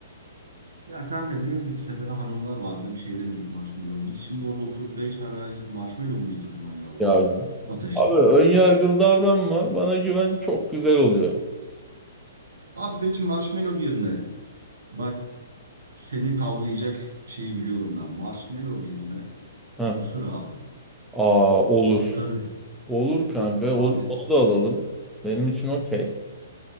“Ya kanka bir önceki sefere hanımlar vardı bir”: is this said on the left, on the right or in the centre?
Right